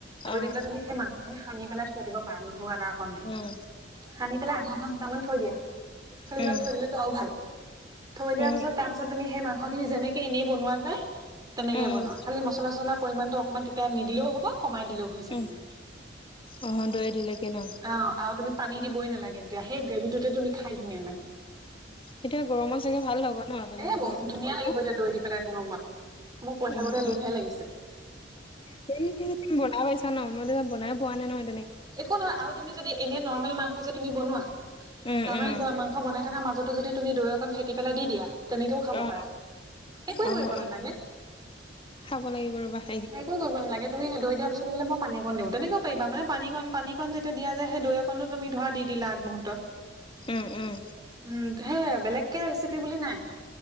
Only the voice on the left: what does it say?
অহ
উম
উম
উম
উম
উম
অহ দৈ দিলেগে ন
এতিয়া গৰমত চাগে ভাল হ'ব ন তেনেকে
দৈ দি
পেলাই?
উম
উম
হেৰি বনাই পাইছা ন মইতিয়া বনাই পোৱা নাই নয়
উম
উম
অ
অ
অ
খাব লাগিব ৰবাহ
উম উম